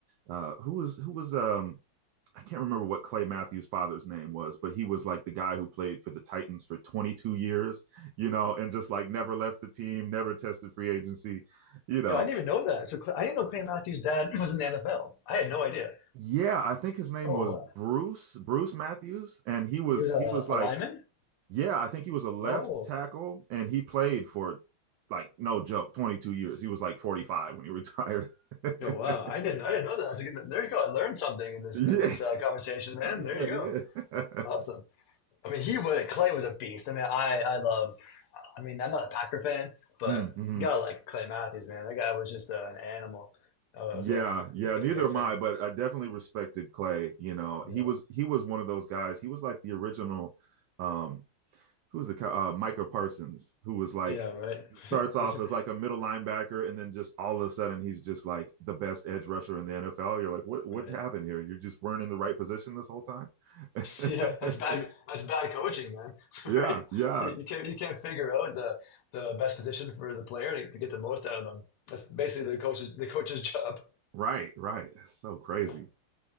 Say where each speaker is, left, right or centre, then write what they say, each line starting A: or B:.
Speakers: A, on the right; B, on the left.
A: uh who was who was um I can't remember what Clay Matthews' father's name was, but he was like the guy who played for the Titans for 22 years, you know, and just like never left the team, never tested free agency, you know.
B: You know, I didn't even know that. So I didn't know Clay Matthews' dad <laughs> was in the NFL. I had no idea.
A: yeah, I think his name
B: Oh,
A: was
B: what?
A: Bruce Bruce Matthews, and he was
B: And he was
A: he
B: a,
A: was like
B: a lineman.
A: yeah, I think he was a left
B: Oh,
A: tackle, and he played for like no joke, 22 years. He was like 45 when he retired.
B: oh
A: <laughs>
B: wow! I didn't I didn't know that. That's a good, there you go. I learned something in this
A: yeah,
B: in this uh, conversation, man.
A: yeah,
B: There you
A: yeah.
B: go. Awesome.
A: <laughs>
B: I mean, he was Clay was a beast. I mean, I I love. I mean, I'm not a Packer fan, but
A: mm-hmm.
B: you gotta like Clay Matthews, man. That guy was just uh, an animal. I was
A: Yeah,
B: a
A: yeah.
B: big,
A: Neither
B: big
A: am
B: fan.
A: I, but I definitely respected Clay. You know,
B: Yeah.
A: he was he was one of those guys. He was like the original um who's the uh, Micah Parsons, who was like
B: Yeah, right. <laughs>
A: he starts off
B: Who's-
A: as like a middle linebacker, and then just all of a sudden he's just like the best edge rusher in the NFL. You're like, what what
B: Right.
A: happened here? You just weren't in the right position this whole time. <laughs>
B: Yeah, that's bad. That's bad coaching, man.
A: yeah,
B: <laughs> Right?
A: yeah,
B: You can't you can't figure out the the best position for the player to, to get the most out of them. That's basically the coach's the coach's <laughs> job.
A: right, right. That's so crazy.
B: Yeah.